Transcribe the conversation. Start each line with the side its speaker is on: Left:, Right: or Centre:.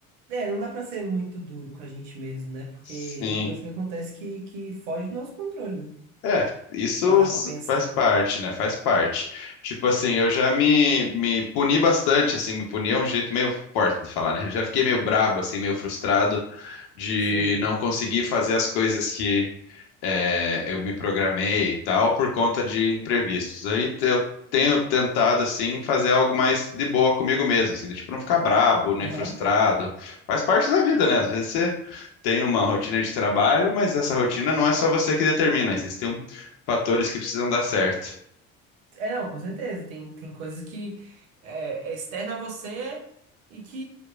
Right: É, não dá pra ser muito duro com a gente mesmo, né? Porque
Left: Sim.
Right: tem coisa que acontece que, que foge do nosso controle, né?
Left: É, isso
Right: Parar
Left: s-
Right: pra pensar.
Left: faz parte, né? Faz parte. Tipo assim, eu já me, me puni bastante, assim, me puni é um jeito meio forte de falar, né? Eu já fiquei meio brabo, assim, meio frustrado de
Right: Sim.
Left: não conseguir fazer as coisas é, eu me programei e tal por conta de imprevistos. Aí te- eu tenho tentado assim fazer algo mais de boa comigo mesmo, assim, do tipo não ficar brabo, nem
Right: Aham.
Left: frustrado. Faz parte da vida, né? Às vezes você tem uma rotina de trabalho, mas essa rotina não é só você que determina, existem um- fatores que precisam dar certo.
Right: É, não, com certeza. Tem, tem coisas que é, é externa a você e que,